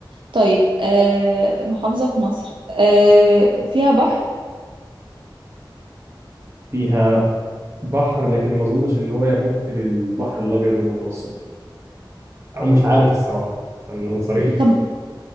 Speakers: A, on the right (about 75°); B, on the right (about 35°).
A: طيب آه محافظة في مصر آه فيها بحر
B: فيها بحر لكن ما اظنش ان هو يمت للبحر الابيض المتوسط او مش عارف الصراحة عشان اكون صريح
A: طب